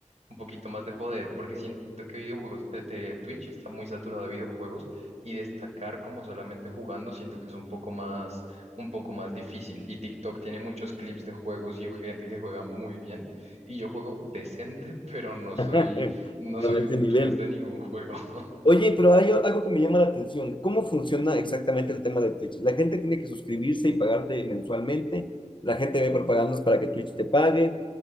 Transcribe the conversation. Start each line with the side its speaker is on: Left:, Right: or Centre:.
Right: un poquito más de poder, porque siento que videojuegos de, de Twitch está muy saturado de videojuegos y destacar como solamente jugando siento que es un poco más, un poco más difícil. Y TikTok tiene muchos clips de juegos y gente que juega muy bien y yo juego decente, <laughs> pero no soy,
Left: <laughs>
Right: no
Left: Pero
Right: soy
Left: de este
Right: un
Left: nivel.
Right: dios de ningún juego. <laughs>
Left: Oye, pero hay algo que me llama la atención. ¿Cómo funciona exactamente el tema de Twitch? ¿La gente tiene que suscribirse y pagarte mensualmente? ¿La gente ve propagandas para que Twitch te pague?